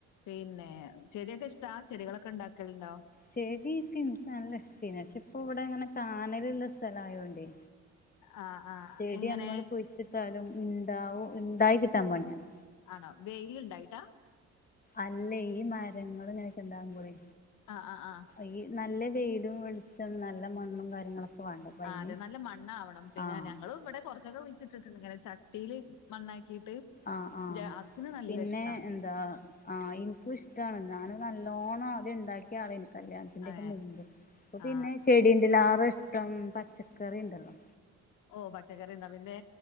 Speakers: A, on the left; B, on the left.
A: പിന്നെ ചെടിയൊക്കെ ഇഷ്ടാ ചെടികളൊക്കെ ഉണ്ടാക്കലുണ്ടോ
B: ചെടിയിക്ക് നിക്ക് നല്ല ഇഷ്ടേന്നു പക്ഷെ ഇപ്പ ഇവിടെ ഇങ്ങനെ കാനല്ള്ള സ്ഥലം ആയോണ്ടേ
A: ആ ആ
B: ചെടി
A: എങ്ങനെ
B: നമ്മൾ കുയിച്ചിട്ടാലും ഇണ്ടാവും ഇണ്ടായി കിട്ടാൻ പണിയാണ്
A: ആണോ വെയില്ണ്ടായിട്ടാ
B: അല്ലെ ഈ മരങ്ങൾ ഇങ്ങനെ ഇണ്ടാവുമ്പോളെ
A: ആഹ് ആഹ് ആഹ്
B: ഈ നല്ല വെയിലും വെളിച്ചം നല്ല മണ്ണും കാര്യങ്ങളൊക്കെ വേണ്ട അപ്പൊ അയിന്
A: ആഹ് അതെ നല്ല മണ്ണ ആവണം പിന്നെ
B: ആഹ്
A: ഞങ്ങള് ഇവിടെ കുറച്ചൊക്കെ കുയിച്ചിട്ടിട്ടുണ്ട് ഇങ്ങനെ ചട്ടിയില് മണ്ണാക്കിയിട്ട്
B: ആഹ് ആഹ്
A: എന്റെ ഹസ്സിന് നല്ല
B: പിന്നെ
A: ഇഷ്ടാ
B: ആഹ് ആഹ് ഇനിക്കും ഇഷ്ടമാണ് ഞാൻ നല്ലോണം ആദ്യം ഇണ്ടാക്കിയ ആളാണ് കല്യാണത്തിൻ്റെയോക്കെ
A: ഏ
B: മുമ്പ് അപ്പൊ
A: ആ
B: പിന്നെ ചെടിൻറെല്ലാറും ഇഷ്ടം പച്ചക്കറി ഇണ്ടല്ലോ
A: ഓഹ് പച്ചക്കറി എന്താ പിന്നെ